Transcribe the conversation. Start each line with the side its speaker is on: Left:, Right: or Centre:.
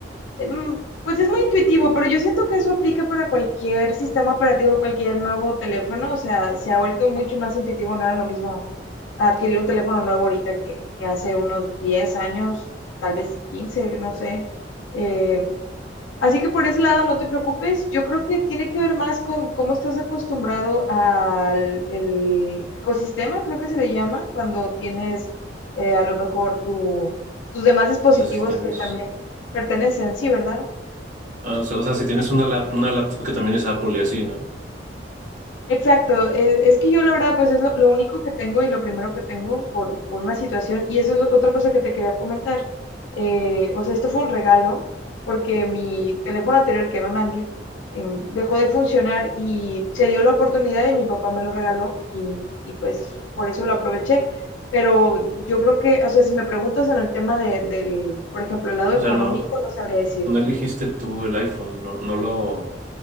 Left: eh, mm, pues es muy intuitivo, pero yo siento que eso aplica para cualquier sistema operativo, cualquier nuevo teléfono, o sea, se ha vuelto mucho más intuitivo, no era lo mismo adquirir un teléfono nuevo ahorita que, que hace unos 10 años, tal vez 15, no sé. Eh, Así que por ese lado no te preocupes. Yo creo que tiene que ver más con cómo estás acostumbrado al el ecosistema, creo que se le llama, cuando tienes eh, a lo mejor tu- tus demás dispositivos
Right: O sea, si tienes,
Left: que también pertenecen, sí, ¿verdad?
Right: ah, o sea, o sea, si tienes una, lap- una laptop que también es Apple y así, ¿no?
Left: Exacto, e- es que yo la verdad pues es lo, lo único que tengo y lo primero que tengo por, por una situación y eso es otra cosa que te quería comentar. Eh, o sea, esto fue un regalo porque mi teléfono anterior, que era un Android, em, dejó de funcionar y se dio la oportunidad y mi papá me lo regaló y, y pues por eso lo aproveché. Pero yo creo que, o sea, si me preguntas en el tema de, del, por ejemplo, el lado
Right: O
Left: económico,
Right: sea, no,
Left: no sabría decirte.
Right: no elegiste tú el iPhone, no, no lo,